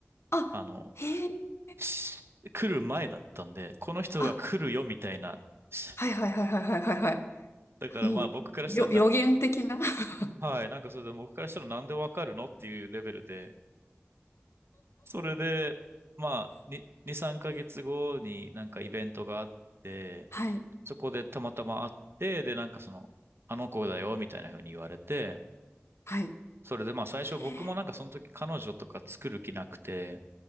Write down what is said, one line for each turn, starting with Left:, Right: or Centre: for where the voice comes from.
Left: あ、
Right: あの、
Left: へー。
Right: し来る前だったんで、この人が来るよみたいな。
Left: あ、
Right: し
Left: はい。はい。はい。はい。はい。はい。はい
Right: だからまあ僕からしたらな、
Left: もう、よ、予言的な。<laughs>
Right: はい、なんかそれで僕からしたらなんでわかるのっていうレベルで、それで、まあ、に、2、3ヶ月後になんかイベントがあって、
Left: はい。
Right: そこでたまたま会って、でなんかその、あの子だよみたいな風に言われて、
Left: はい。へ
Right: それでまあ最初僕もなんかその時彼女とか作る気なくて、
Left: ー